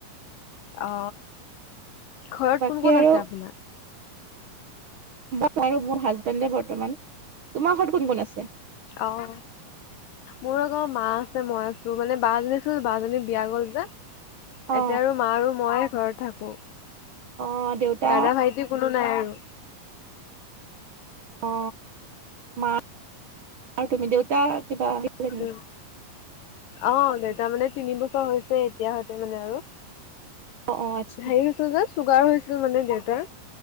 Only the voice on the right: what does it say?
বাকী
আৰু
মোৰ হাজবেণ্ডে বৰ্তমান। তোমাৰ ঘৰত কোন কোন আছে?
অ
অহ দেউতা
অ মা তুমি দেউতা কিবা আহিলে নি
অ অ আচ্ছা